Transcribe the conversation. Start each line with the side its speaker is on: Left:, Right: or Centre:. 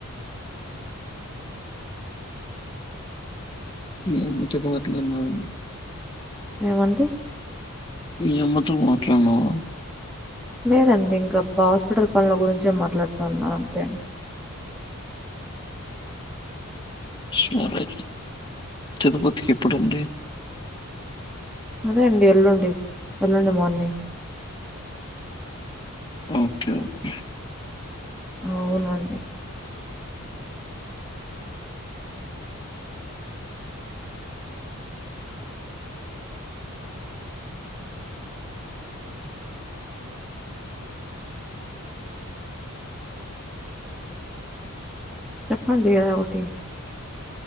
Left: ఏమో నీతో మాట్లా ఉన్నావు
Centre: ఏమండి
Left: మీ అమ్మతో మాట్లాడినావా
Centre: లేదండి ఇంకప్ప హాస్పిటల్ పనుల గురించే మాట్లాడతా ఉన్నా అంతే అండి
Left: సరే తిరుపతికి ఎప్పుడండి
Centre: అదే అండి ఎల్లుండి ఎల్లుండి మార్నింగ్
Left: ఓకే ఓకే
Centre: అవునండి చెప్పండి ఏదో ఒకటి